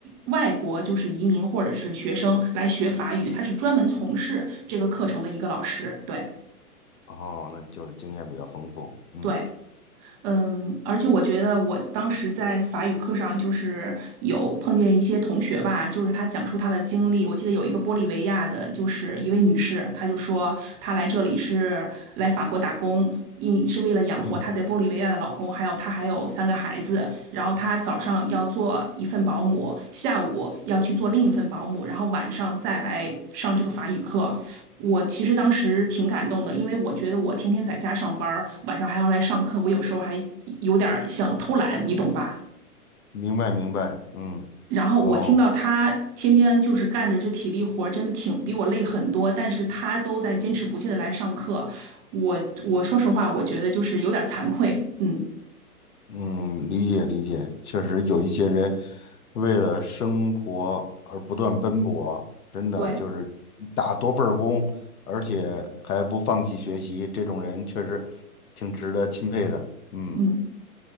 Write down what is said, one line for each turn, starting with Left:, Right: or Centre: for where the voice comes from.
Right: 外国就是移民或者是学生来学法语，他是专门从事这个课程的一个老师。对
Left: 哦，那就是经验比较丰富。嗯
Right: 对，嗯，而且我觉得我当时在法语课上，就是有碰见一些同学吧，就是他讲述他的经历。我记得有一个玻利维亚的，就是一位女士，她就说她来这里是来法国打工，一是为了养活她在玻利维亚的老公，
Left: 嗯，
Right: 还有她还有三个孩子。然后她早上要做一份保姆，下午要去做另一份保姆，然后晚上再来上这个法语课。我其实当时挺感动的，因为我觉得我天天在家上班儿，晚上还要来上课，我有时候还有点儿想偷懒，你懂吧？
Left: 明白明白。嗯，
Right: 然后我听到他天天就是干着这体力活儿，
Left: 哦，
Right: 真的挺比我累很多，但是他都在坚持不懈的来上课，我我说实话，我觉得就是有点儿惭愧，嗯，
Left: 嗯，理解理解。确实有一些人为了生活而不断奔波，真的就是打多份儿工，
Right: 对，
Left: 而且还不放弃学习，这种人确实挺值得钦佩的。嗯。
Right: 嗯，